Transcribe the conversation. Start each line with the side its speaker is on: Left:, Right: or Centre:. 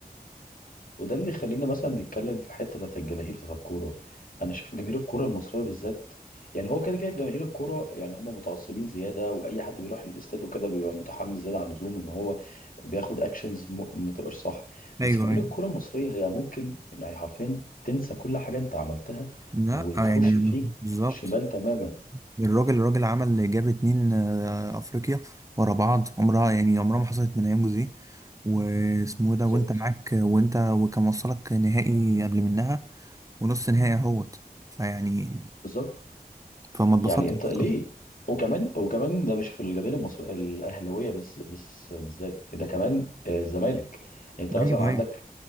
Left: وده اللي يخلينا مثلا نتكلم في حته بتاعت الجماهير بتاعت الكوره انا شايف جماهير الكوره المصريه بالذات يعني هو كده كده جماهير الكوره يعني هم متعصبين زياده واي حد بيروح الاستاد وكده بيبقى متحمس زياده عن اللزوم ان هو بياخد اكشنز م- ما تبقاش صح بس
Right: ايوه
Left: جماهير
Right: ايوه
Left: الكوره المصريه هي ممكن يعني حرفيا تنسى كل حاجه انت عملتها
Right: لا
Left: وتخش
Right: آه، يعني
Left: فيك
Right: بالظبط
Left: شمال تماما
Right: الراجل الراجل عمل جاب اتنين آه، افريقيا ورا بعض عمرها يعني عمرها ما حصلت من ايام جوزيه واسمه إيه ده
Left: بالظبط
Right: وانت معاك وانت وكان وصلك نهائي قبل منها ونص نهائي اهوت فيعني
Left: بالظبط
Right: فما اتبسطتش
Left: يعني انت
Right: بصراحة.
Left: ليه وكمان وكمان ده مش في الجماهير المصريه الاهلاويه بس بس بالذات ده كمان آه، الزمالك انت
Right: ايوه
Left: مثلا
Right: ايوه
Left: عندك